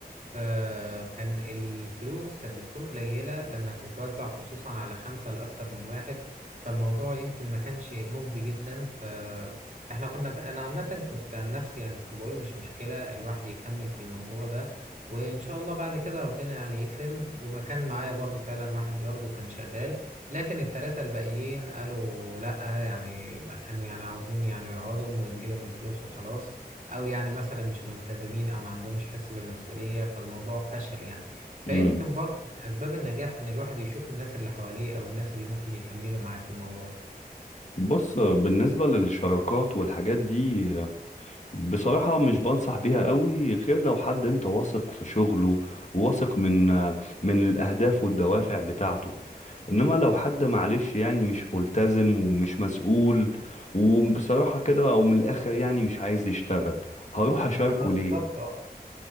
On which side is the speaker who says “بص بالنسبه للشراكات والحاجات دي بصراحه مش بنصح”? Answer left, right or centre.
Left